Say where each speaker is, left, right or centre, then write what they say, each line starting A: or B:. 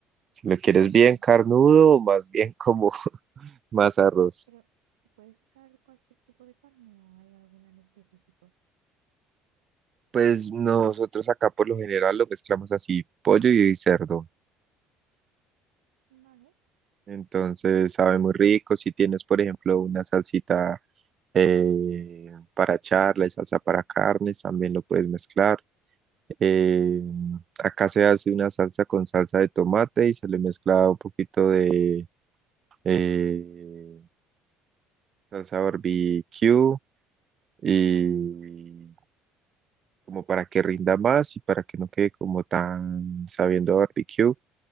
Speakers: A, on the right (about 40°); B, on the right (about 75°).
A: Si lo quieres
B: Vale,
A: bien carnudo o más bien como <laughs> más arroz.
B: pero ¿puedes usar cualquier tipo de carne o hay alguna en específico?
A: Pues nosotros acá por lo general lo mezclamos así, pollo y cerdo.
B: Vale,
A: Entonces sabe muy rico. Si tienes, por ejemplo, una salsita eh, para charla y salsa para carnes, también lo puedes mezclar. Eh,
B: mm,
A: acá se hace una salsa con salsa de tomate y se le mezcla un poquito de eh, salsa barbecue
B: ok,
A: y como para que rinda más y para que no quede como tan sabiendo a barbecue